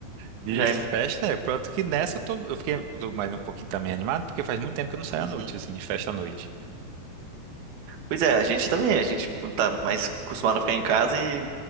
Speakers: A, on the right; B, on the right.
A: De
B: Já
A: festa,
B: é...
A: é. Pronto que nessa eu tô, eu fiquei, eu tô mais um pouquinho também animado, porque faz muito tempo que eu não saio
B: Uhum.
A: à noite, assim, de festa à noite.
B: Pois é, a gente também, a gente tá mais acostumado a ficar em casa e